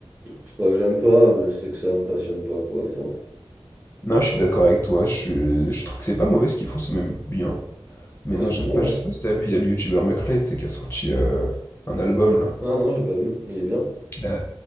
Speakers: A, on the right; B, on the left.
A: C'est pas que j'aime pas, mais c'est que ça me passionne pas, quoi, et toi.
B: Non, je suis d'accord avec toi, je, suis- je trouve que c'est pas mauvais ce qu'ils font, c'est même bien. Mais
A: Non,
B: non,
A: ils sont
B: j'aime
A: bons,
B: pas, je sais
A: hein.
B: pas si t'as vu, il y a le youtubeur McFly, tu sais, qui a sorti euh, un album, là.
A: Ah non, j'ai pas vu, il est bien.
B: Il a,